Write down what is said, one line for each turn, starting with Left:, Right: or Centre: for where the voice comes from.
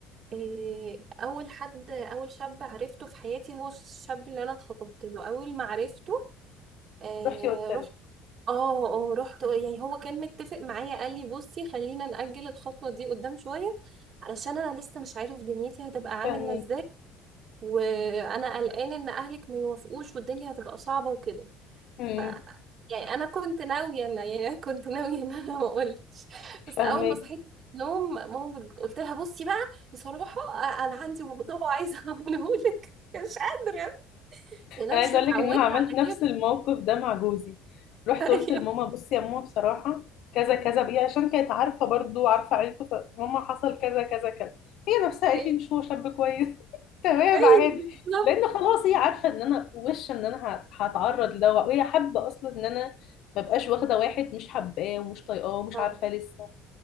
Right: إيه، اول حد اول شاب عرفته في حياتي هو الشاب اللي انا اتخطبت له اول ما عرفته إيه،
Left: رحتي قلت لها
Right: اه اه رحت يعني هو كان متفق معايا قال لي بصي خلينا نأجل الخطوة دي قدام شوية علشان انا لسه مش عارف دنيتي هتبقى عاملة
Left: فاهمك
Right: ازاي وانا قلقان ان اهلك ما يوافقوش والدنيا هتبقى صعبة وكده
Left: امم
Right: ف يعني انا كنت ناوية ان يعني <laughs> أنا كنت ناوية ان انا ما قلتش بس
Left: فاهمك
Right: اول ما صحيت من النوم ماما بت- قلت لها بصي بقى بصراحة أ- انا عندي موضوع <laughs> عايزة اقوله لك مش قادرة لان انا
Left: انا
Right: مش
Left: عايزه
Right: متعودة
Left: اقول لك ان انا عملت
Right: على
Left: نفس
Right: كده
Left: الموقف ده مع جوزي رحت
Right: <laughs>
Left: قلت
Right: ايوه
Left: لماما بصي يا ماما بصراحه كذا كذا بيه عشان كانت عارفه برضو عارفه عيلته فماما حصل كذا كذا كذا هي نفسها قالت
Right: ايوه
Left: لي ان هو شاب كويس <laughs> تمام
Right: ايوه
Left: عادي
Right: بالظبط
Left: لان خلاص هي عارفه ان انا وش ان انا هت- هتعرض لده وهي حابه اصلا ان انا ما بقاش واخده واحد مش حباه ومش طايقاه ومش
Right: اه.
Left: عارفاه لسه